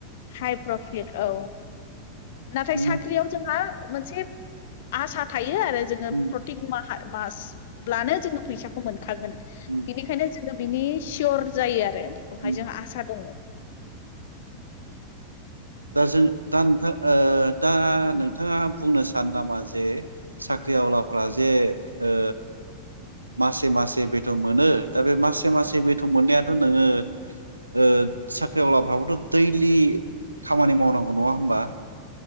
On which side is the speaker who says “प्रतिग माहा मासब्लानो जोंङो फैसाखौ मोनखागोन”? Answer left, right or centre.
Left